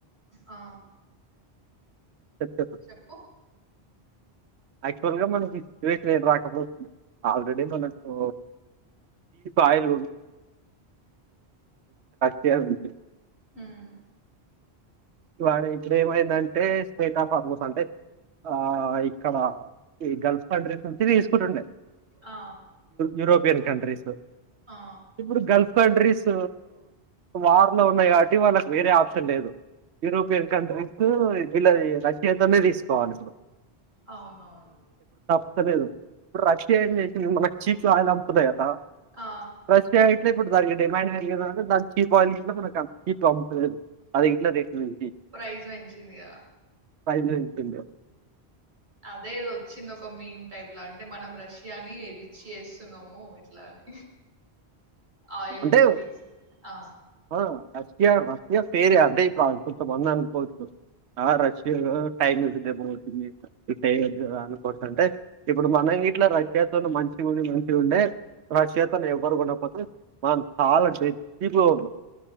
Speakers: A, on the right; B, on the right.
A: ఆ
B: చెప్తాను
A: చెప్పు
B: యాక్చువల్ గా మనకి సిచ్యువేషన్ ఏది రాకపోతుంది ఆల్రెడీ మనకు ఆయిల్ <unintelligible>
A: ఆమ్
B: ఇవాడే ఇక్కడ ఏమైందంటే స్టేట్ ఆఫ్ ఆల్మోస్ అంటే ఆ ఇక్కడ ఈ గల్ఫ్ కంట్రీస్ నుంచి తీసుకుంటుండే
A: ఆ
B: యూరోపియన్ కంట్రీస్
A: ఆ
B: ఇప్పుడు గల్ఫ్ కంట్రీస్ వార్ లో ఉన్నాయి కాబట్టి వాళ్ళకి వేరే ఆప్షన్ లేదు యూరోపియన్ కంట్రీస్ వీళ్ళ రష్యాతోనే తీసుకోవాలి ఇప్పుడు
A: అవునవును
B: సర్లేదు ఇప్పుడు రష్యా
A: ఉమ్
B: ఏం చేసింది మనకి చీప్స్ ఆయిల్ అమ్ముతున్నాయి కదా
A: ఆ
B: <unintelligible> ఇట్ల ఇప్పుడు దానికి డిమాండ్ పెరిగింది తర్వతా దాన్ని చీప్ ఆయిల్ <unintelligible> ఉమ్
A: ప్రైజ్ పెంచిందిగా
B: ఫ్రెజ్ ఎంతుదో
A: అదే వచ్చింది ఒక మెమ్ టైప్ లో అంటే మనం రష్యాని రిచ్ చేస్తున్నాము ఇట్లా అని ఆయిల్
B: అంటే
A: ఇట్లా తీసి ఆ
B: ఆ! రష్యా రష్యా ఫేరయా అంటే ఇప్పుడు కొంతమంది అనుకోవచ్చు ఆ రష్యా టైం ఉంటుది రేపు పోతుంది ఏమి వద్దు అనుకోవచ్చు అంటే ఇప్పుడు మనం ఇట్లా రష్యాతో మంచిగా ఉండి మంచిగా ఉండే రష్యాతో ఎవ్వరు ఉండకపోవచ్చు మనం చాలా డెడ్ చీప్ లో ఉన్నాం